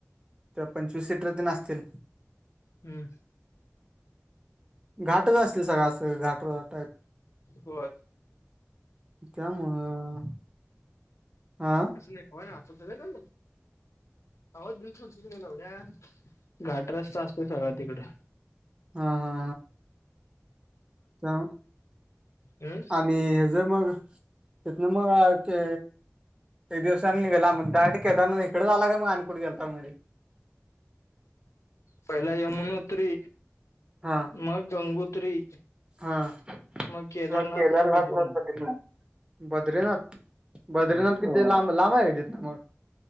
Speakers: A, on the right (about 20°); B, on the left (about 75°).
A: तरं पंचवीस सीटर ते नं असतील
B: हम्मं
A: घाटचं असतंय सगळं असं घांट प्लॉट आहेतं
B: होय
A: त्यांमुळे हां
B: सं नाहीं कायं आंतरय नां आवांज बिलकुल तिकडे लवढ्यां घांट रस्तां असतोय सगळ्यां तिकडं
A: हां हां अं
B: हम्म
A: आणि हेजं मंग इथनं मंग ब ते लई दिवसांनी निघलां मंग डायरेक्ट केदारनां इकडचं आंला कायं आणि कुठं गेलंता मधी
B: पहिलां यमुंनुत्री
A: हां
B: मंग गंगोत्री
A: हां
B: मग केदारनाथ
A: मंग केदारनांथ
B: मग बद्रीनाथ
A: लां सांगितले बद्रीनाथ बद्रीनाथ
B: होय
A: तिथनं लांब लांब आहे कायं तीथनं मंग